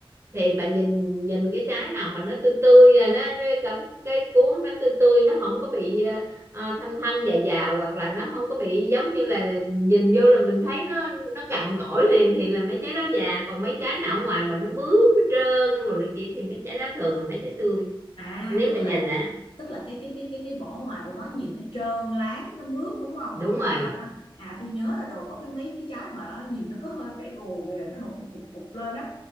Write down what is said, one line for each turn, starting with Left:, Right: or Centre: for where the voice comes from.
Right: thì bà nhìn nhìn cái trái nào mà nó tươi tươi à, nó cái, cái, cái cuống nó tươi tươi nó không có bị ờ, ờ, thâm thâm già già hoặc là nó không có bị giống như là nhìn vô là mình thấy nó nó cằn cỗi liền thì là mấy trái đó già còn mấy trái nào ở ngoài mình nó mướt nó trơn rồi này kia thì mấy trái đó thường là mấy trái tươi
Left: à
Right: nếu
Left: tức
Right: mà
Left: là
Right: nhìn là
Left: tức là cái cái cái cái cái vỏ ngoài của nó nhìn nó trơn láng nó mướt đúng không
Right: đúng
Left: còn nếu
Right: rồi
Left: mà nó à tôi nhớ là rồi có cái mấy cái trái mà nó nhìn nó có hơi vẻ gồ ghề nó nổi cục cục cục lên á